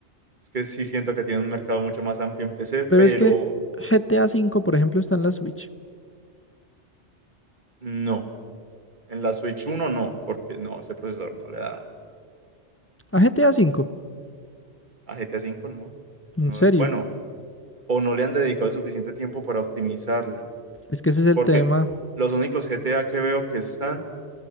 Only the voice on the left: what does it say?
Pero es que GTA V, por ejemplo, está en la Switch.
¿A GTA V?
¿En
serio?
Es que ese es el
tema